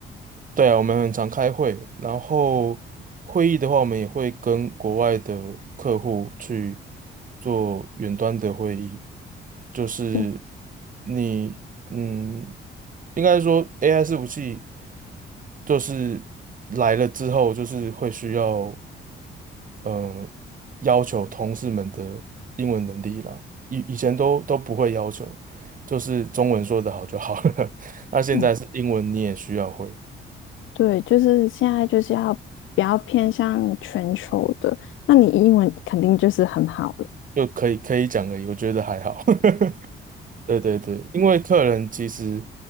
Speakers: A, on the right; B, on the left.
A: 对啊，我们很常开会，然后会议的话，我们也会跟国外的客户去做远端的会议，就是
B: 哦
A: 你，嗯，应该说 AI 伺服器就是来了之后，就是会需要，嗯、要求同事们的英文能力啦。以以前都都不会要求，就是中文说得好就好了。<laughs> 那现在是英文你也需要会，
B: 哦，对，就是现在就是要比较偏向全球的。那你英文肯定就是很好了，
A: 就可以可以讲而已，我觉得还好。<laughs> 对对对，因为客人其实